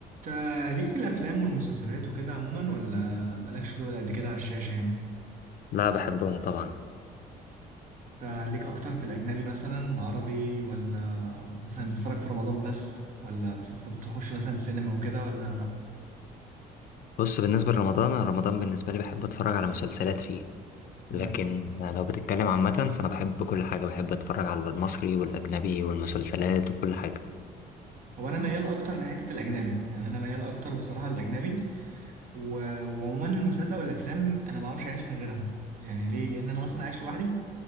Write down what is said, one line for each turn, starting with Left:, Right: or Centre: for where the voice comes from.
Right: انت ليك في الافلام والمسلسلات وكده عموما ولا مالكش تقول قد كده على الشاشه يعني
Left: لا بحبهم طبعا
Right: انت ليك اكتر في الاجنبي مثلا العربي ولا مثلا بتتفرج في رمضان بس ولا بتتف- بتخش مثلا سينما وكده ولا لا
Left: بص بالنسبة لرمضان أنا رمضان بالنسبة لي بحب أتفرج على مسلسلات فيه
Right: مم.
Left: لكن لو بتتكلم عامة فأنا بحب كل حاجة بحب أتفرج على المصري والأجنبي والمسلسلات وكل حاجة
Right: هو انا ميال اكتر لحته الاجنبي يعني انا ميال اكتر بصراحه للاجنبي و... وعموما المسلسلات او الافلام انا ما اعرفش اعيش من غيرها يعني ليه لان انا اصلا عايش لوحدي